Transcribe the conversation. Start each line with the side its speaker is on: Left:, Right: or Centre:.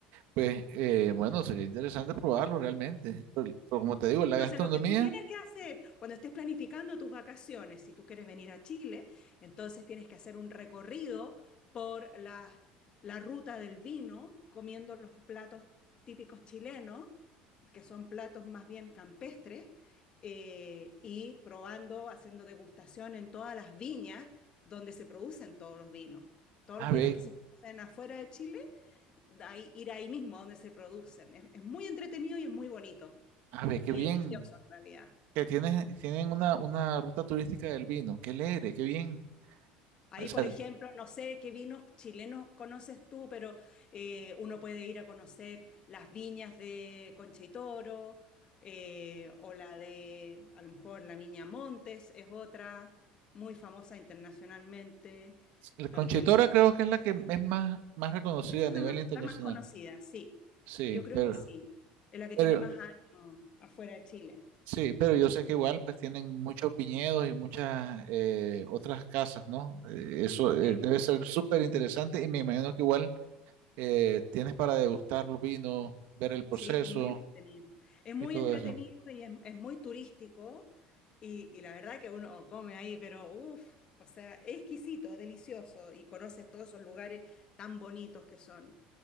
Right: pues eh, bueno, sería interesante probarlo realmente. Pero, pero como te digo, la
Left: Entonces,
Right: gastronomía,
Left: lo que tú tienes que hacer cuando estés planificando tus vacaciones, si tú quieres venir a Chile, entonces tienes que hacer un recorrido por la, la ruta del vino, comiendo los platos típicos chilenos, que son platos más bien campestres, eh, y probando, haciendo degustación en todas las viñas donde se producen todos los vinos. Todos
Right: a
Left: los
Right: ver,
Left: vinos que se producen afuera de Chile, ahí- ir ahí mismo donde se producen. es es muy entretenido y es muy bonito
Right: a ver, qué
Left: y
Right: bien.
Left: delicioso en realidad.
Right: que tienen, tienen una, una ruta turística del vino. Qué alegre, qué bien.
Left: Ahí,
Right: O sea,
Left: por ejemplo, no sé qué vinos chilenos conoces tú, pero eh, uno puede ir a conocer las viñas de Concha y Toro, eh, o la de, a lo mejor, la Viña Montes es otra, muy famosa internacionalmente.
Right: la Conchetora
Left: También,
Right: creo que es la que es más, más reconocida
Left: esa es
Right: a nivel
Left: la más,
Right: internacional.
Left: la más conocida, sí.
Right: Sí,
Left: Yo creo
Right: pero,
Left: que sí. Es la que
Right: pero
Left: tiene más años afuera de Chile.
Right: sí, pero yo sé que igual pues tienen muchos viñedos y muchas eh, otras casas, ¿no? Eh, eso eh,
Left: Sí.
Right: debe ser súper interesante y me imagino que igual eh, tienes para degustar los vinos, ver el proceso
Left: Sí, es muy entretenido. Es muy
Right: y todo
Left: entretenido
Right: eso.
Left: y es, es muy turístico. Y, y la verdad que uno come ahí, pero uff, o sea, es exquisito, delicioso. Y conoces todos esos lugares tan bonitos que son.